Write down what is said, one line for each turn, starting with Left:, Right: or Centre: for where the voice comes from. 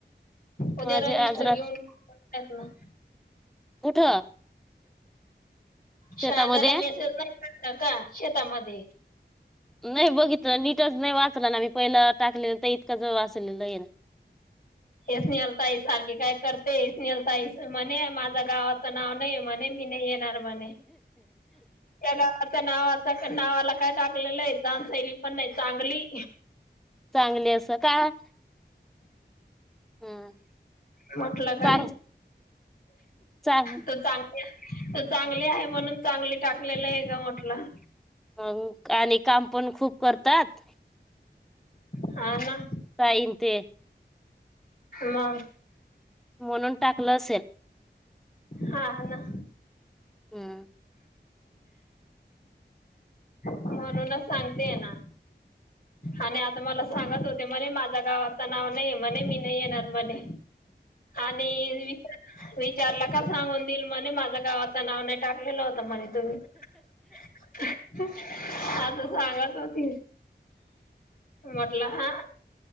Left: उद्या
Centre: माझे
Left: रजिस्टर
Centre: आज रात
Left: घेऊन टाकणा-
Centre: कुठं शेतामध्ये
Left: शारदा ला मेसेज नाही पडला का शेतामध्ये-
Centre: नाही बघितलं नीटच नाही वाचलं ना मी पहिलं टाकलेलं तर इतकंच वाचलेलं आहे ना <unintelligible>
Left: हे स्नेहल ताई सारखे काय करते हे स्नेहल ताई म्हणे माझ्या गावाचं नाव नाही म्हणे मी नाही येत नाही म्हणे गावच् नाव नावाला काय टाकलेलं आहे चान शैली पण नाही चांगली
Centre: चांगले असं का- हं.
Left: म्हटलं काय
Centre: चांग चांग
Left: त चांगली- तर चांगली आहे म्हणून चांगली टाकलेला आहे का म्हटलं.
Centre: अ आणि काम पण खूप करतात-
Left: ह ना...
Centre: काय म्हणते
Left: म..
Centre: म्हणून टाकलं असेल-
Left: हा ना...
Centre: हम..
Left: म्हणूनच सांगतेय ना आणि आता मला सांगत होते म्हणे माझ्या गावाचं नाव नाही म्हणे मी नाही येणार म्हणे. आणि वि विचारला का सांगून दिल म्हणे माझ्या गावाच नाव नाही टाकला. गेल्या होता म्हणे तुम्ही- हा तर सांगत होती म्हटलं हा....